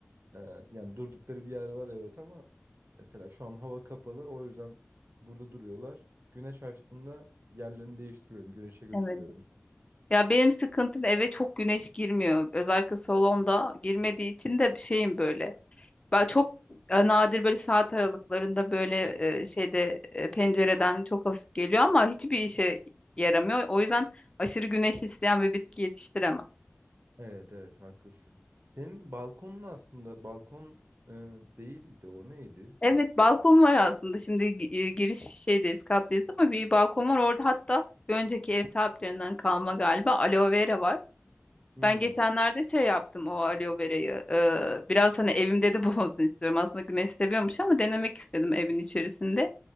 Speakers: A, on the right (about 60°); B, on the left (about 25°).
A: Ee, yani durdukları bir yer var evet ama mesela şu an hava kapalı o yüzden burada duruyorlar. Güneş açtığında yerlerini değiştiriyorum, güneşe götürüyorum.
B: Evet. Ya benim sıkıntım eve çok güneş girmiyor. Özellikle salonda girmediği için de bir şeyim böyle. Ben çok e, nadir böyle saat aralıklarında böyle e, şeyde e, pencereden çok hafif geliyor ama hiçbir işe yaramıyor. O yüzden aşırı güneş isteyen bir bitki yetiştiremem.
A: Evet evet haklısın. Senin balkonun aslında balkon e, değildi o neydi?
B: Evet balkon var aslında. Şimdi gi- e, giriş şeydeyiz, kattayız ama bir balkon var orada hatta bir önceki ev sahiplerinden kalma galiba aloe vera var.
A: Hmm.
B: Ben geçenlerde şey yaptım o aloe verayı. e, biraz hani evimde de <laughs> bulunsun istiyorum. Aslında güneş seviyormuş ama denemek istedim evin içerisinde.